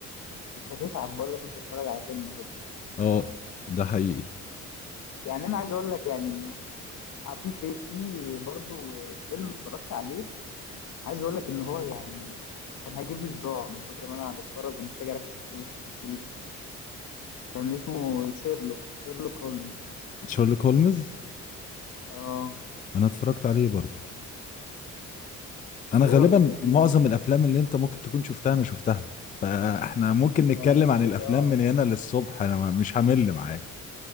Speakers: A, on the left (about 65°); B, on the left (about 25°).
A: انت هتتعب بقول لك انت تتفرج على فيلم كده
B: اه ده حقيقي
A: يعني انا عايز اقول لك يعني آه، في في في برضه فيلم اتفرجت عليه عايز اقول لك ان هو يعني كان هيجيب لي صداع من كتر ما انا بتفرج ومحتاج اركز في كل التفاصيل كان اسمه شيرلوك شيرلوك هولمز
B: شارلوك هولمز
A: اه
B: انا اتفرجت عليه برضو انا
A: ايه
B: غالبا
A: رايك يا زميلي
B: معظم الافلام اللي انت ممكن تكون شفتها انا شفتها فاحنا ممكن
A: انت
B: نتكلم
A: شكلك
B: عن الافلام
A: اه
B: من هنا للصبح انا ما- مش همل معاك